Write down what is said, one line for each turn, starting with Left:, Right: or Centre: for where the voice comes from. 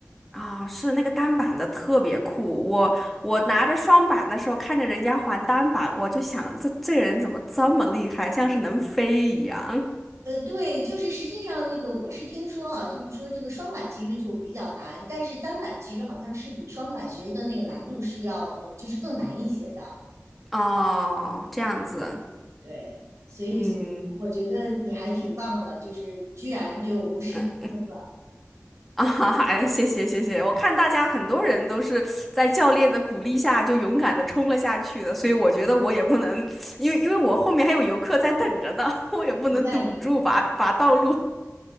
Centre: 啊，是那个单板的特别酷，我我拿着双板的时候，看着人家还单板，我就想这这个人怎么这么厉害，像是能飞一样。
Right: 呃，对，就是实际上那个我是听说啊，就是说这个双板其实就比较难，但是单板其实好像是比双板学的那个难度是要呃就是更难一些的。
Centre: 哦，这样子，
Right: 对，所以
Centre: 嗯。
Right: 我觉得你还挺棒的，就是居然就无师自通，
Centre: 嗯啊哈哈，谢谢谢谢！我看大家很多人都是在教练的鼓励下就勇敢的冲了下去的，所以我觉得我也不能，因为因为我后面还有游客在等着呢，<laughs> 我也不能堵住把把道路，
Right: 明白